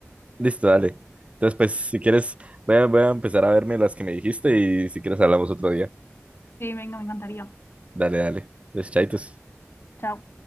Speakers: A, on the right; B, on the left.
A: Listo, dale. Entonces, pues, si quieres, voy a, voy a empezar a verme las que me dijiste y si quieres hablamos otro día.
B: Sí, venga, me encantaría.
A: Dale, dale. Entonces, chaitos.
B: Chao.